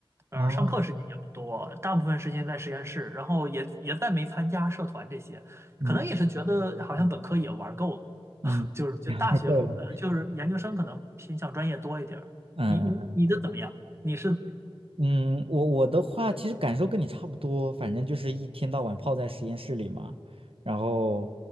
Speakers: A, on the right; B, on the right.
A: 呃，
B: <laughs> 哦
A: 上课时间也不多，大部分时间在实验室，然后也也再没参加社团这些，可能也是觉得好像本科也玩够了，
B: 嗯嗯嗯，
A: <laughs> 就是就大学可能呃就是研究生可能偏向专业多一点儿。
B: <laughs> 够了，嗯嗯嗯，
A: 你你你的怎么样？
B: 对。
A: 你是
B: 嗯，我我的话其实感受跟你差不多，反正就是一天到晚泡在实验室里嘛，然后，